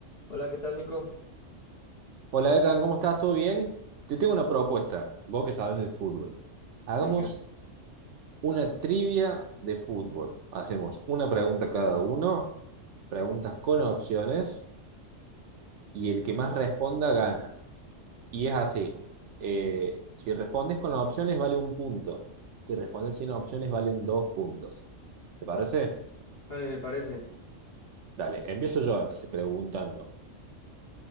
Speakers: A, on the left (about 50°); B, on the right (about 70°).
A: Hola, ¿qué tal, Nico?
B: Hola, Ethan, ¿cómo estás? ¿Todo bien? Te tengo una propuesta, vos que sabes de fútbol. Hagamos
A: Venga,
B: una trivia de fútbol. Hacemos una pregunta cada uno, preguntas con opciones, y el que más responda gana. Y es así, eh, si respondes con las opciones vale un punto, si respondes sin opciones valen dos puntos. ¿Te parece?
A: vale, me parece.
B: Dale, empiezo yo entonces preguntando.